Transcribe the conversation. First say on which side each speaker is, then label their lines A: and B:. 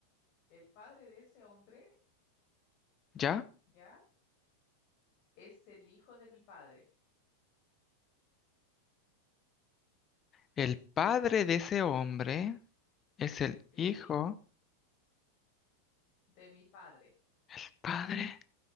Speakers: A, on the left; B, on the left.
A: el padre de ese hombre,
B: ya.
A: ¿ya? Es el hijo de mi padre.
B: El padre de ese hombre Es el
A: Sí,
B: hijo,
A: de mi padre.
B: el padre